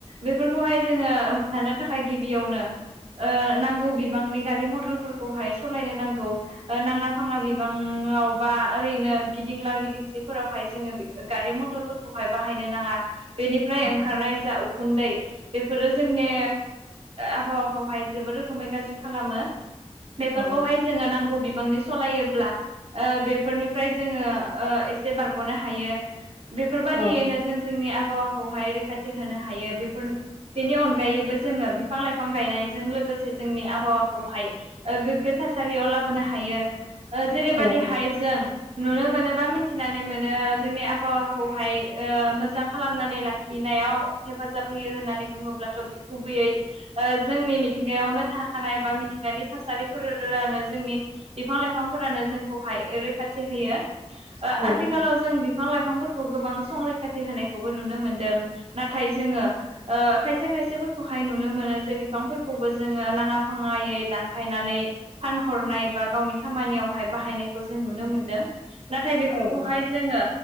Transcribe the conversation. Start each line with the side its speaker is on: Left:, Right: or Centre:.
Right: बेफोरखौहाय जोङो होबथानो थाखाय गिबियावनो ओ नांगौ बिबांनि गारि मटरफोरखौहाय स' लायनो नांगौ नाङा फाङा बिबाङाव बा ओरैनो गिदिंला गिदिंसिफोरावहाय जोङो गारि-मटरफोरखौहाय बाहायनो नाङा बेनिफ्राय
Left: औ
Right: ओंखारनाय जा उखुन्दै बेफोरो जोंनि आबहावाखौहाय जोबोद रोखोमै गाज्रि खालामो फोरखौहाय
Left: औ
Right: जोङो नांगौ बिबांनि सलायोब्ला ओ बेफोरनिफ्राय जोङो ओ एसे बारग'नो हायो। बेफोरबायादियैनो
Left: औ
Right: जों जोंनि आबहावाखौहाय रैखाथि होनो हायो बेफोर बेनि अनगायैबो जोङो बिफां-लाइफां गायनायजों लोगोसे जोंनि आबहावाखौहाय गोग्गो थासारियाव लाबोनो हायो ओ जेरैबायदिहाय
Left: औ
Right: जों नुनो मोनोबा मिथिनानै मोनो जोंनि आबहावाखौहाय ओ मोजां खालामनानै लाखि खिनायाव हेफाजाब होयो होननानै बुङोब्लाथ' गुबैयै जोंनि मिथिंगायावनो थाखानाय बा मिथिंगानि थासारि फोरानो जोंनि बिफां लाइफांफोरानो जोंखौहाय रैखाथि होयो ओ
Left: औ
Right: आथि खालाव जों बिफां लाइफांफोर खौ गोबां संरैखाथि होनायखौबो नुनो मोनदों नाथा‌य जोङो ओ खायसे खायसेफोरखौ आय नुनो मोनो जे बिफांफोरखौबो जोङो नाङा फाङायै दानफायनानै फानहरनाय बा गावनि खामानियावहाय बाहायनायखौ जों नुनो मोनदों नाथाय बेफोरखौहाय
Left: औ
Right: जोङो